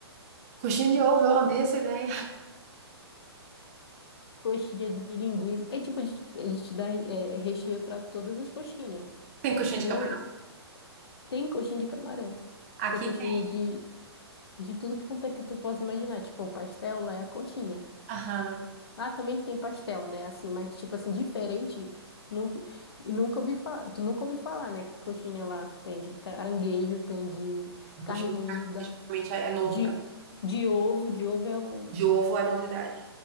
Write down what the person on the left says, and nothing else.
<laughs> coxinha de linguiça. É tipo, eles eles te dão é, recheio para todas as coxinhas.
Não
tem coxinha de camarão,
tem coxinha
de, de tudo que quanto é que tu possa imaginar. Tipo, o pastel lá é a coxinha.
Lá também tem pastel, né? Assim, mas tipo assim, diferente. Nu, nunca ouvi falar, tu nunca ouviu falar, né? Que coxinha lá tem de caranguejo, tem de
carne moída,
de,
de ovo. De ovo é o.